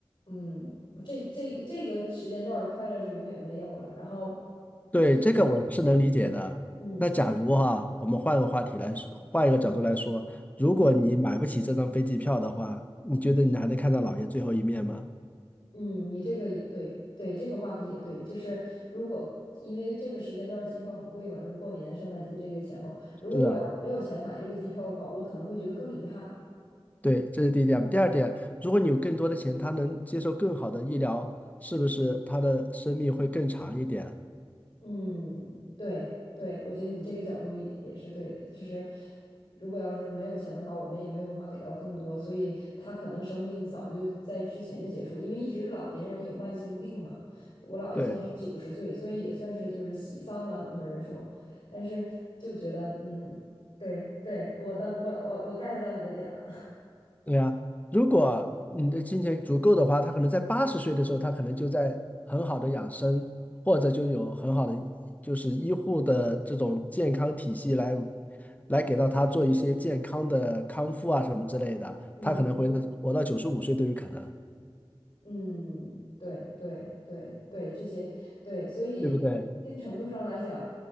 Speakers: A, on the left; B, on the left.
A: 嗯，我这这这个时间段儿的快乐是永远没有了。然后
B: 对，
A: 就
B: 这个我是能理解的。
A: 嗯
B: 那假如哈，我们换个话题来说，换一个角度来说，如果你买不起这张飞机票的话，
A: 嗯。
B: 你觉得你还能看到姥爷最后一面吗？
A: 嗯，你这个也对，对，这个话题也对，就是如果因为这个时间段儿机票很贵嘛，就是过年、圣诞节这个前后，如果我要是没有钱买这个机票的话，
B: 是啊，
A: 我可能会觉得更遗憾。
B: 对，这是第一点。第二点，如果你有更多的钱，他能接受更好的医疗，是不是他的生命会更长一点？
A: 嗯，对对，我觉得你这个角度也也是对的。就是如果要是没有钱的话，我们也没有办法给到更多，所以他可能生命早就在之前就结束了。因为一直老年人有慢性病嘛，我姥爷今年是九十岁，
B: 对。
A: 所以也算是就是喜丧了。很多人说，但是就觉得嗯，对对，我当我我我 get 到你的点了，
B: 对呀，如果你的金钱足够的话，他可能在八十岁的时候，他可能就在很好的养生，或者就有很好的就是医护的这种健康体系来来给到他做一些健康的康复啊什么之类的，
A: <laughs> 嗯。
B: 他可能会活到九十五岁都有可能，
A: 嗯，对对对对，这些对，所以一定程度上来讲，
B: 对不对？